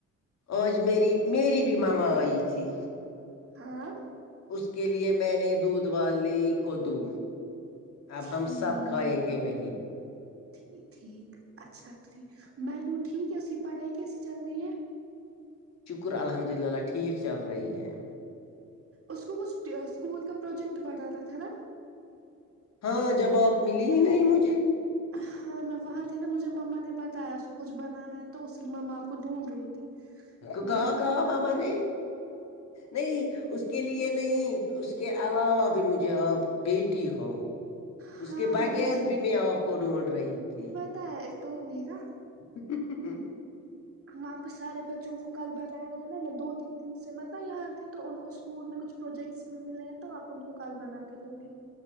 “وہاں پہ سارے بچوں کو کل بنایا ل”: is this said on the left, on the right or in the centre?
Right